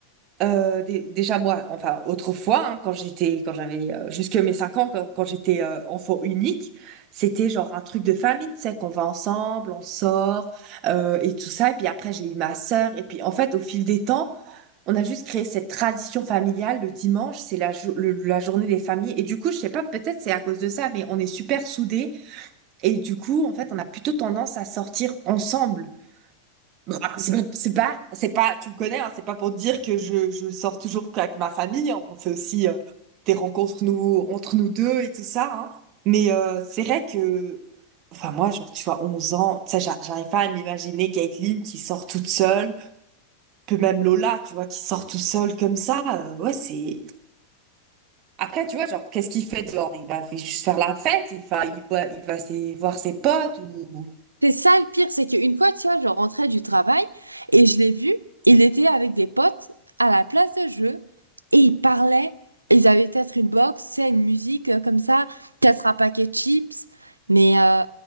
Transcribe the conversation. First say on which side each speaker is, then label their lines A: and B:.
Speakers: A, on the right (about 35°); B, on the right (about 80°).
A: euh, dé- déjà moi, enfin autrefois, hein, quand j'étais, quand j'avais euh, jusque mes 5 ans, quand, quand j'étais euh, enfant unique, c'était genre un truc de famille, tu sais, qu'on va ensemble, on sort euh, et tout ça. Et puis après j'ai eu ma sœur. Et puis en fait au fil des temps, on a juste créé cette tradition familiale. Le dimanche, c'est la, jo- le- la journée des familles. Et du coup, je sais pas, peut-être c'est à cause de ça, mais on est super soudés. Et du coup, en fait, on a plutôt tendance à sortir ensemble. Bon, après, C'est pas, c'est pas, c'est pas, tu me connais, hein, c'est pas pour dire que je, je sors toujours qu'avec ma famille. hein. On fait aussi euh, des rencontres nous, entre nous deux et tout ça. hein. Mais euh, c'est vrai que, enfin, moi, genre, tu vois, 11 ans, tu sais, j'ar- j'arrive pas à m'imaginer Caitlin qui sort toute seule, que même Lola, tu vois, qui sort toute seule comme ça. euh, ouais, c'est. Après, tu vois, genre, qu'est-ce qu'il fait dehors? Il va fait- juste faire la fête, il va, il va, il va se- voir ses potes ou.
B: C'est ça le pire, c'est qu'une fois, tu vois, je rentrais du travail et je l'ai vu, il était avec des potes à la place de jeu et ils parlaient, ils avaient peut-être une box, c'est une musique euh, comme ça, peut-être un paquet de chips, mais euh,